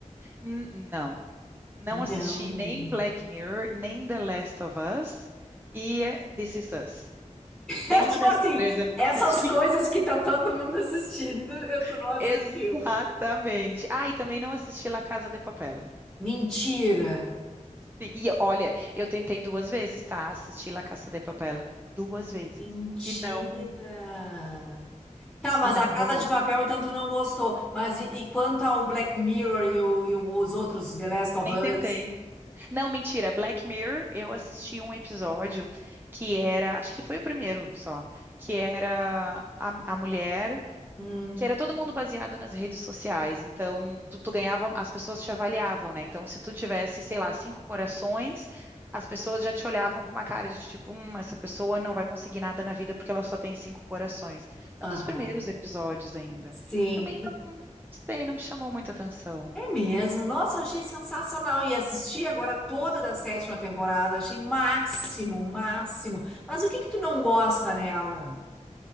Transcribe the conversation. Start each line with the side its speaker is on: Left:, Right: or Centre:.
Right: N- não. Não assisti
Centre: Não.
Right: nem Black
Centre: <laughs>
Right: Mirror, nem The Last of Us e eh, This Is Us. Nenhuma
Centre: É tipo
Right: dessas
Centre: assim,
Right: três eu não
Centre: essas
Right: assisti.
Centre: coisas que tá todo mundo assistindo, eu
Right: <laughs>
Centre: tu não assistiu.
Right: Exatamente. Ah, e também não assisti La Casa de Papel.
Centre: Mentira.
Right: E, e, olha, eu tentei duas vezes, tá? Assistir La Casa de Papel. Duas vezes.
Centre: Mentira.
Right: E não,
Centre: Tá, mas
Right: e não
Centre: a Casa
Right: rolou.
Centre: de Papel, então tu não gostou. Mas e, e quanto ao Black Mirror e, o- e os outros The Last of
Right: Nem
Centre: Us?
Right: tentei. Não, mentira. Black Mirror, eu assisti um episódio que era, acho que foi o primeiro só, que era a, a mulher
Centre: Hum.
Right: que era todo mundo baseado nas redes sociais. Então, tu, tu ganhava, as pessoas te avaliavam, né? Então, se tu tivesse, sei lá, cinco corações, as pessoas já te olhavam com uma cara de tipo, hum, essa pessoa não vai conseguir nada na vida porque ela só tem cinco corações. É
Centre: Aham.
Right: um dos primeiros episódios ainda.
Centre: Sim.
Right: Também
Centre: E-
Right: não, não sei, não me chamou muita atenção.
Centre: É mesmo. Nossa, eu achei sensacional. E assisti agora toda da sétima temporada. Achei máximo, máximo. Mas o que que tu não gosta nela?